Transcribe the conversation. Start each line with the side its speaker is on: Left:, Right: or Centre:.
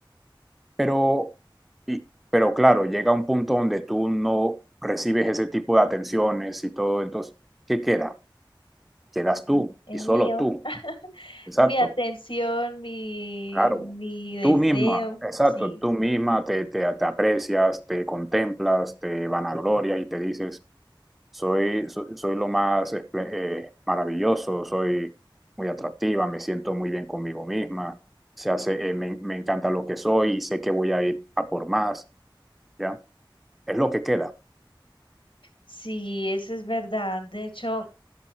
Centre: Pero, y- pero claro, llega un punto donde tú no recibes ese tipo de atenciones y todo, entonces, ¿qué queda? Quedas tú
Left: mm, el
Centre: y solo
Left: mío,
Centre: tú. Exacto,
Left: mi atención, mi,
Centre: claro.
Left: mi deseo,
Centre: Tú misma, exacto,
Left: sí,
Centre: tú misma te, te, te aprecias, te contemplas, te vanaglorias y te dices, soy, soy, soy lo más esple- eh, maravilloso, soy muy atractiva, me siento muy bien conmigo misma, se hace, eh, me, me encanta lo que soy y sé que voy a ir a por más, ¿ya? Es lo que queda.
Left: sí, eso es verdad. De hecho,